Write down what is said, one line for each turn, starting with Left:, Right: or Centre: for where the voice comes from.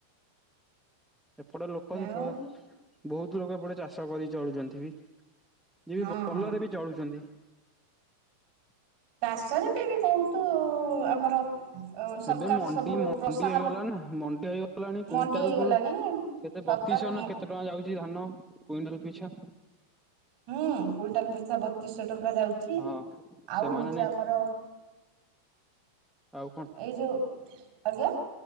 Centre: ଏପଟେ ଲୋକ
Right: ଆଉ
Centre: ବ ବହୁତ ଲୋକ ଏପଟେ ଚାଷ କରି ଚଳୁଚନ୍ତି ବି ଯିଏ
Right: ହଁ
Centre: ବି ଭଲରେ
Right: ହଁ।
Centre: ବି ଚଳୁଚନ୍ତି୍।
Right: ଚାଷରେ ବି, ବହୁତ ଆମର ସରକାର
Centre: ଏବେ ମଣ୍ଡି
Right: ସବୁ
Centre: ମଣ୍ଡି
Right: ପ୍ରୋତ୍ସାହନ
Centre: ହେଇଗଲାଣି ନା, ମଣ୍ଡି ହେଇଗଲାଣି କୁଇଣ୍ଟାଲ୍
Right: ମଣ୍ଡି ହେଇଗଲାଣି
Centre: କୁ କେତେ
Right: ସରକାର
Centre: ବତିଶ
Right: ହୁଁ
Centre: ନା କେତେ ଟଙ୍କା ଯାଉଚି ଧାନ, କୁଇଣ୍ଟାଲ୍ ପିଛା
Right: ହୁଁ, କୁଇଣ୍ଟାଲ୍ ପିଛା ବତିଶହ ଟଙ୍କା ଯାଉ ଚି,
Centre: ହଁ
Right: ଆଉ
Centre: ସେମାନେ
Right: ହଉଚି
Centre: ନାଇଁ
Right: ଆମର
Centre: ଆଉ କଣ,
Right: ଏଇ ଯୋଉ ଆଜ୍ଞା